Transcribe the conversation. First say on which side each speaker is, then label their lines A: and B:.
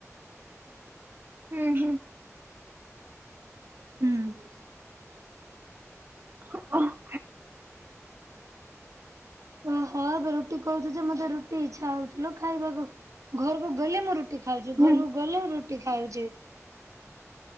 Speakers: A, on the right; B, on the right.
A: ହୁଁ ହୁଁ।
B: ହୁଁ।
A: <unintelligible>
B: ଓହଁ ଏବେ ରୁଟି କହୁଛୁ ଯେ ମତେ ରୁଟି ଇଚ୍ଛା ହଉଚି ଲୋ ଖାଇବାକୁ ଘରକୁ ଗଲେ ମୁଁ ରୁ ରୁଟି ଖାଉଛି
A: ହୁଁ
B: ଘରକୁ ଗଲେ ରୁଟି ଖାଉଛି।